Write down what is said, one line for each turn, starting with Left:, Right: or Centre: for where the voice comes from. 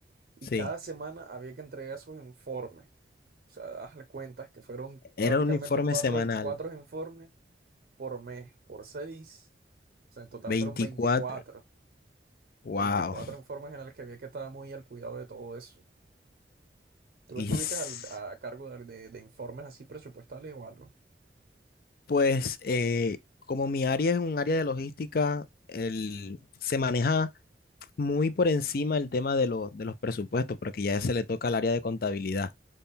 Right: y
Left: Sí,
Right: cada semana había que entregar sus informes. O sea, hazle cuentas que fueron
Left: era
Right: prácticamente
Left: un informe
Right: cuatro,
Left: semanal,
Right: cuatro informes por mes, por seis. O sea, en total
Left: 24,
Right: fueron veinticuatro
Left: Wow.
Right: veinticuatro informes en los que había que estar muy al cuidado de todo eso. ¿Tú estuviste
Left: Y s-
Right: al- a cargo de, de- de informes así presupuestales o algo?
Left: pues, eh, como mi área es un área de logística, el, se maneja muy por encima el tema de, lo- de los presupuestos, porque ya se le toca al área de contabilidad.